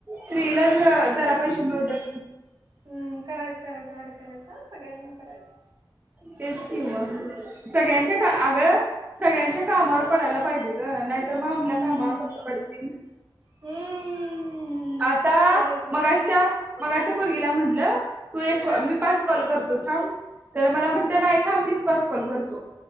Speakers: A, on the right (about 20°); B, on the right (about 80°).
A: श्रीरंग ला जरा पैशे मिळूद्यात.
B: हम्म करायचं करायचं ॲड करायचं सगळ्यांना करायचं.
A: तेच कि मग सगळ्यांच्या का आग सगळ्यांच्या कामावर पडायला पाहिजे ग नाहीतर मग
B: हम्म
A: आपल्या कामावर कसं पडतील.
B: हम्म
A: आता
B: पड पड
A: मगाशी च्या मगाच्या पोरगीला म्हटलं तू एक
B: हा
A: मी पाच कॉल करतो थांब. तर मला
B: हा
A: म्हणतिया नाही थांब मीच पाच कॉल करतो